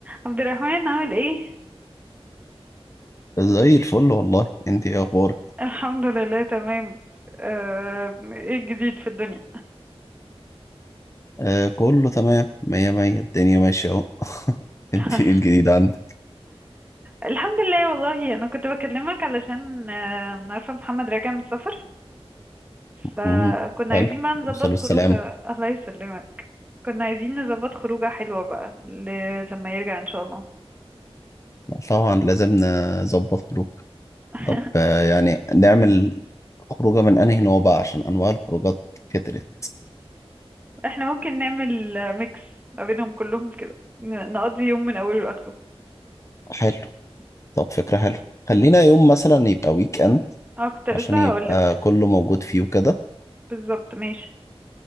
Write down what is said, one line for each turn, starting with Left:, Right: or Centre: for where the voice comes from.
Right: عبد الرحمن عامل ايه؟
Left: زي الفل والله انت ايه اخبارك
Right: <laughs> الحمد لله تمام آه، ايه الجديد في الدنيا؟
Left: آه كله تمام مية مية الدنيا ماشية اهو <laughs> انت
Right: <laughs>
Left: ايه الجديد عندك
Right: الحمد لله والله انا كنت بكلمك علشان آه، أنا عارفة محمد راجع من السفر فكنا
Left: مم، حلو
Right: عايزين بقى نظبط
Left: وصلوا
Right: خروجه
Left: السلام
Right: الله يسلمك كنا عايزين نظبط خروجه حلوة بقى ل... لما يرجع ان شاء الله
Left: طبعا لازم نظبط خروج
Right: <laughs>
Left: طب آه يعني نعمل خروجة من انهي نوع بقى عشان انواع الخروجات كترت
Right: احنا ممكن نعمل آه، ميكس ما بينهم كلهم كده ن- نقضي يوم من اوله لاخره
Left: حلو طب فكرة حلوة خلينا يوم مثلا يبقى ويك اند
Right: اه كنت لسه
Left: عشان يبقى
Right: هقولك
Left: كله موجود فيه وكده
Right: بالظبط ماشي